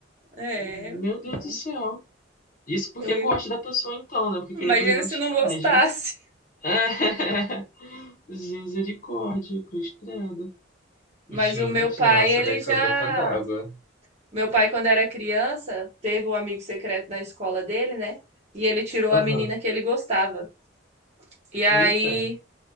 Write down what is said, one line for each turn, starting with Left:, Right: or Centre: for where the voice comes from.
Right: É,
Left: meu Deus
Right: não.
Left: do céu. Isso porque
Right: Eu ia-
Left: gosta da pessoa então, né? Porque querer
Right: imagina
Left: presentear,
Right: se não gostasse.
Left: imagina. É. <laughs> Misericórdia, cruz credo.
Right: Mas
Left: Gente,
Right: o meu pai,
Left: nossa,
Right: ele
Left: daí foi
Right: já.
Left: a gota d'água.
Right: Meu pai, quando era criança, teve um amigo secreto na escola dele, né? E ele tirou
Left: Aham.
Right: a menina que ele gostava. E aí,
Left: Eita.